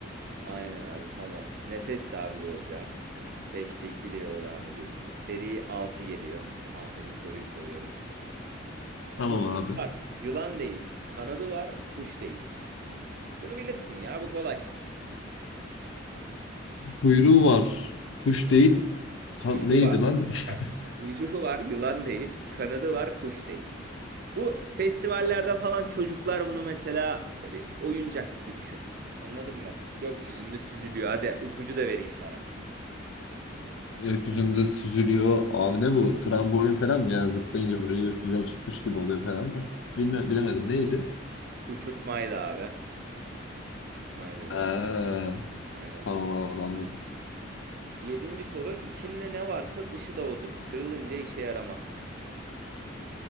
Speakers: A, on the right; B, on the left.
A: Aynen abi tamam. Nefes de abi doğru cevap. Beşte 2 ile yola devam ediyorsun. Seri 6 geliyor. Altıncı soruyu soruyorum. Kuyruğu
B: Tamam abi.
A: var. Yılan değil. Kanadı var. Kuş değil. Bunu bilirsin ya bu kolay.
B: Kuyruğu var. Kuş değil. Ka-
A: Kuyruğu
B: neydi
A: var.
B: lan? <laughs>
A: Bak, kuyruğu var, yılan değil. Kanadı var, kuş değil. Bu festivallerde falan çocuklar bunu mesela ya bir oyuncak gibi düşün. Anladın mı? Gökyüzünde süzülüyor. Hadi ipucu da vereyim sana.
B: Gökyüzünde süzülüyor. Abi ne bu? Trambolin falan mı? Yani zıplayınca böyle gökyüzüne çıkmış gibi oluyor falan da. Bilme, bilemedim. Neydi?
A: Uçurtmaydı abi. Uçurtmaydı
B: Ha,
A: doğru. Aynen.
B: tamam abi anladım.
A: Yedinci soru. İçinde ne varsa dışı da odur. Kırılınca işe yaramaz.